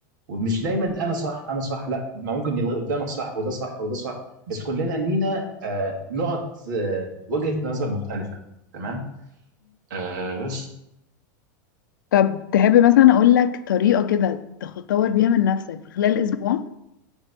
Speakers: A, on the right (about 75°); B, on the left (about 80°).
A: ومش دايما انا صح انا صح لا ما ممكن يلغي قدامك صح وده صح وده صح بس كلنا لينا آه نقط آه وجهة نظر مختلفة تمام آه بس
B: طب تحب مثلا اقول لك طريقة كده تطور بيها من نفسك في خلال اسبوع